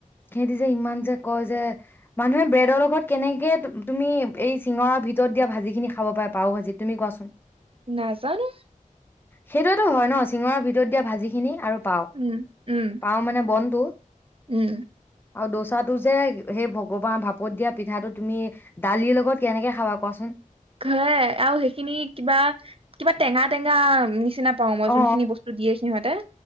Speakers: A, on the left; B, on the right.
A: সিহঁতি যে ইমান যে কয় যে মানুহে ব্ৰেডৰ লগত কেনেকে তুম তুমি এই চিঙৰাৰ ভিতৰত দিয়া ভাজিখিনি খাব পাৰে, পাও ভাজি তুমি কোৱাচোন?
B: নাজানো
A: সেইটোৱেতো হয় ন', চিঙাৰ ভিতৰত দিয়া ভাজিখিনি আৰু পাও
B: উম উম
A: পাওঁ মানে বন্ধ ন্ধু।
B: উম
A: আৰু দ'চাটো যে হেই ভগৱান ভাপত দিয়া পিঠাটো তুমি দালিৰ লগত কেনেকে খাবা? কোৱাচোন?
B: আৰু সেইখিনি কিবা কিবা টেঙা টেঙা নিচিনা পাও মই
A: অ
B: যোনখিনি বস্তু দিয়ে সিহঁতে